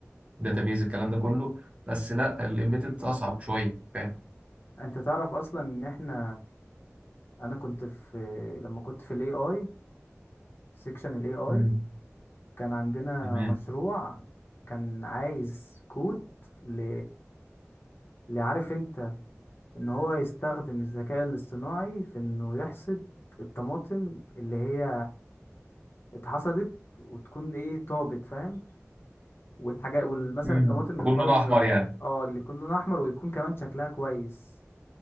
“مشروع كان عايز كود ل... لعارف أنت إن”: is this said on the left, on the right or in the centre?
Left